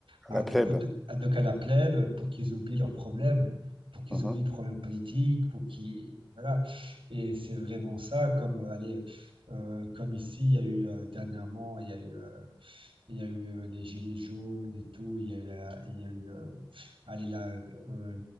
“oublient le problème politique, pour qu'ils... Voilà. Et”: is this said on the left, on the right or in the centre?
Right